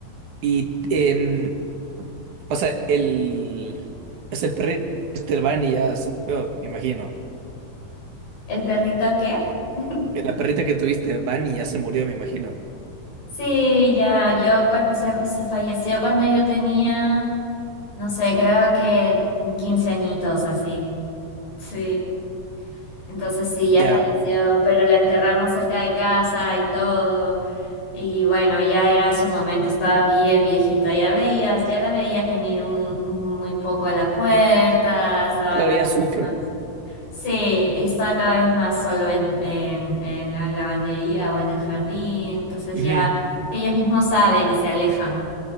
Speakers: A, on the right; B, on the left.
A: Y em, O sea, el, es el perrito que tuviste, el Bunny, ya se murió, me imagino.
B: ¿El perrito qué? <laughs>
A: La perrita que tuviste, Bunny, ya se murió, me imagino.
B: Sí, ya, yo cuan- se, se falleció cuando yo tenía, no sé, creo que 15 añitos así. Sí, entonces sí, ya
A: Ya,
B: falleció, pero la enterramos cerca de casa y todo. Y bueno, ya era su momento, estaba bien viejita, ya veías, ya la veías venir mu- muy, poco a la puerta, estaba
A: claro,
B: cada
A: ya sufren.
B: vez más. Sí, estaba cada vez más solo en, en, en la lavandería o en el jardín, entonces
A: Ujú.
B: ya ellos mismos saben y se alejan.